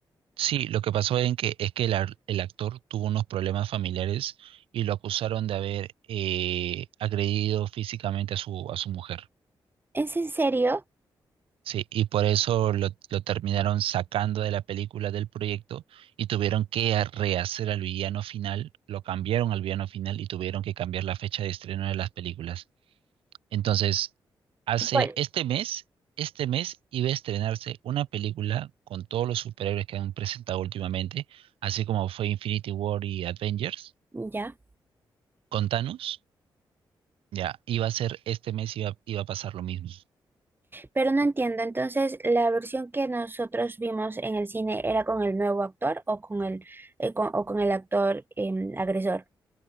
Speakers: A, on the right; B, on the right.
A: Sí, lo que pasó en que, es que el, ar- el actor tuvo unos problemas familiares y lo acusaron de haber eh, agredido físicamente a su, a su mujer.
B: ¿Es en serio?
A: Sí, y por eso lo, lo terminaron sacando de la película del proyecto y tuvieron que a- rehacer al villano final, lo cambiaron al villano final y tuvieron que cambiar la fecha de estreno de las películas. Entonces, hace
B: ¿Cuál?
A: este mes, este mes iba a estrenarse una película con todos los superhéroes que han presentado últimamente, así como fue Infinity War y Avengers,
B: Ya,
A: con Thanos, ya, iba a ser este mes, iba, iba a pasar lo mismo.
B: pero no entiendo. Entonces, ¿la versión que nosotros vimos en el cine era con el nuevo actor o con el, eh, con- o con el actor em, agresor?